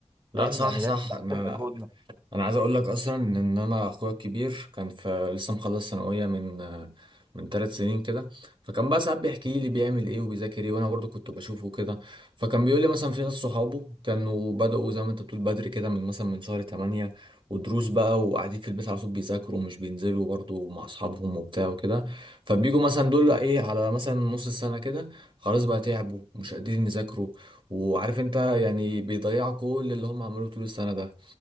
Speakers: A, on the right; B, on the right.
A: لا
B: فاهم
A: صح
B: يعني
A: صح
B: لازم نحسن
A: انا
B: مجهودنا
A: انا عايز اقول لك اصلا ان انا اخويا الكبير كان في لسه مخلص ثانويه من من ثلاث سنين كده فكان بقى ساعات بيحكي لي بيعمل ايه وبيذاكر ايه وانا برضو كنت بشوفه كده فكان بيقول لي مثلا في ناس صحابه كانوا بدأوا زي ما انت بتقول بدري كده من مثلا من شهر 8 ودروس بقى وقاعدين في البيت على طول بيذاكروا ومش بينزلوا برضو مع اصحابهم وبتاع وكده فبيجوا مثلا دول ايه على مثلا نص السنه كده خلاص بقى تعبوا مش قادرين يذاكروا وعارف انت يعني بيضيعوا كل اللي هم عملوه طول السنه ده